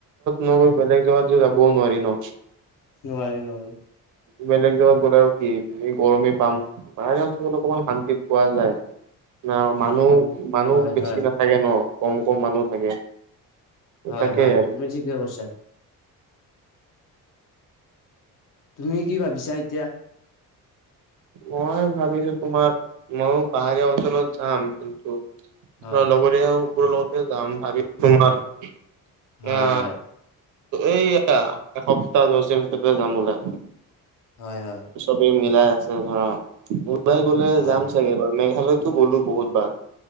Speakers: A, on the right; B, on the left.
A: নগৈ বেলেগ জেগাত যে যাবও নোৱাৰি ন?
B: নোৱাৰি-নোৱাৰি।
A: বেলেগ জেগাত গ'লে আৰু কি, এ গৰমেই পাম। পাহাৰীয়া অঞ্চলত অকমান শান্তি পোৱা যায়। ন মানুহ-মানুহ
B: হয় হয়
A: বেছি
B: হয়
A: নাথাকে ন, কম-কম মানুহ থাকে।
B: হয়,
A: তাকে
B: হয় তুমি ঠিকে কৈছা। তুমি কি ভাবিছা এতিয়া?
A: মই ভাবিছোঁ তোমাৰ, ময়ো পাহাৰীয়া অঞ্চলত যাম কিন্তু
B: হয়
A: ধৰা লগৰীয়াবোৰ লগতে যাম ভাবি তোমাৰ এ-
B: হয় হয়
A: এই এসপ্তাহ দহ দিনৰ ভিতৰতে যাম হ'বলা।
B: হয় হয়
A: চবেই মিলাই আছে ধৰা ডোবাই গ'লে
B: হয়
A: যাম চাগে এবাৰ মেঘালয়ত তো গ'লো বহুতবাৰ